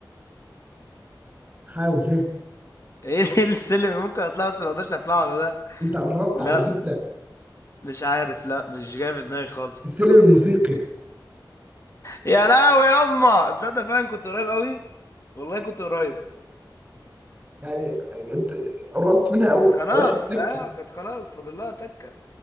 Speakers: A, on the right; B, on the left.
A: حاول ها
B: ايه ال- <laughs> إيه السلم اللي ممكن اطلعه بس ما اقدرش اطلعه له ده
A: انت قربت
B: لا
A: على فكرة
B: مش عارف لا مش جاي في دماغي خالص
A: السلم الموسيقي
B: يا لهوي يما تصدق فعلا كنت قريب قوي والله كنت قريب
A: يعني انت قربت منها قوي
B: خلاص
A: على اخر تكة
B: اه كانت خلاص فاضل لها تكه